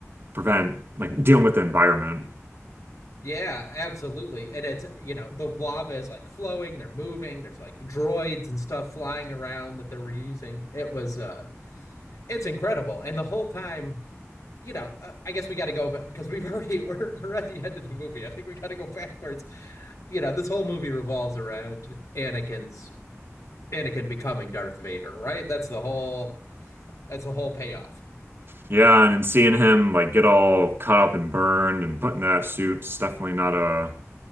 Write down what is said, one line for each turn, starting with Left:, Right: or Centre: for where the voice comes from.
Right: prevent like dealing with the environment.
Left: Yeah, absolutely. And it's, you know, the lava is like flowing, they're moving, there's like droids and stuff flying around that they were using. It was uh it's incredible. And the whole time you know, uh, I guess we got to go, but because we've <laughs> already we're we're at the end of the movie, I think we got to go backwards. You know, this whole movie revolves around Anakin's Anakin becoming Darth Vader, right? That's the whole that's the whole payoff.
Right: Yeah, and and seeing him like get all cut up and burned and put in that suit, it's definitely not a